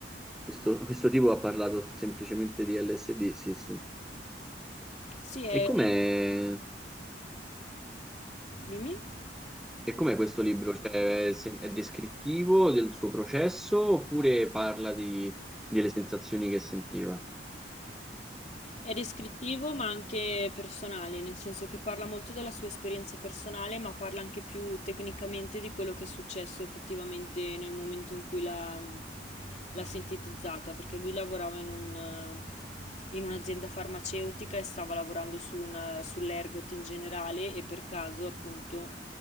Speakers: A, in the centre; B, on the left.
A: questo, questo tipo ha parlato semplicemente di LSD, sì, sì.
B: Sì, è...
A: E com'è,
B: dimmi.
A: e com'è questo libro? Cioè, è, sem- è descrittivo del suo processo oppure parla di- delle sensazioni che sentiva?
B: È descrittivo ma anche personale, nel senso che parla molto della sua esperienza personale, ma parla anche più tecnicamente di quello che è successo effettivamente nel momento in cui l'ha l'ha sintetizzata, perché lui lavorava in un, eh, in un'azienda farmaceutica e stava lavorando su una- sull'ergot in generale e per caso appunto